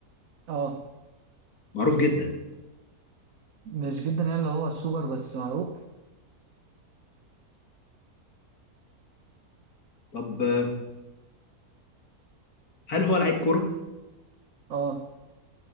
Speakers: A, on the right; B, on the left.
A: اه
B: معروف جدا
A: مش جدا يعني اللي هو السوبر بس معروف
B: طب آه، هل هو لعيب كورة؟
A: اه